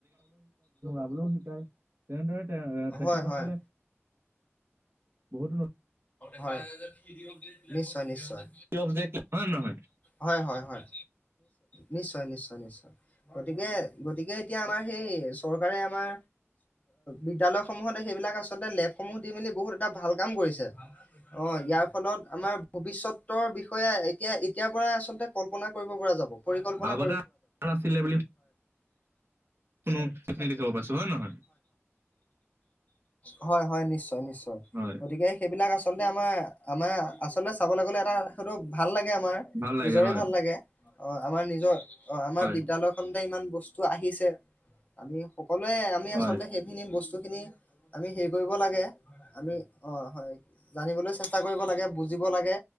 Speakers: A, on the right (about 55°); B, on the left (about 30°).
A: চাবলৈও শিকায় তেনেদৰে তেখেত
B: হয় হয়
A: সকলে বহুত
B: হয়। হয় নিশ্চয়।
A: অবজেক্ট হয় নে নহয়
B: হয়-হয়-হয়। নিশ্চয়-নিশ্চয়-নিশ্চয়-নিশ্চয়। গতিকে, গতিকে। এতিয়া আমাৰ সেই চৰকাৰে আমাৰ বিদ্যালয়সমূহত সেইবিলাক আচলতে লেবসমূহ দি মেলি বহুত এটা ভাল কাম কৰিছে। অ' ইয়াৰ ফলত আমাৰ ভৱিষ্যতৰ বিষয়ে এতিয়া, এতিয়াৰ পৰা আচলতে কল্পনা কৰিব পৰা যাব পৰিকল্পনা
A: আগতে আছিলে বুলি শুনো সেইখিনি দেখিব পাইছো হয় নে নহয়
B: হয়, হয় নিশ্চয়- নিশ্চয়
A: হয়
B: গতিকে সেইবিলাক আচলতে আমাৰ-আমাৰ আচলতে চাবলৈ গলে এটা সেইটো ভাল লাগে আমাৰ,
A: ভাল লাগে
B: নিজৰে
A: হয়
B: ভাল লাগে অ', আমাৰ নিজৰ অ',
A: হয়
B: আমাৰ বিদ্য়ালয় খতে ইমান বস্তু আহিছে আমি সকলোৱে আমি
A: হয়
B: আচলতে সেইখিনি বস্তুখিনি আমি হেৰি কৰিব লাগে আমি অ', হয়। জানিবলৈ চেষ্টা কৰিব লাগে, বুজিব লাগে,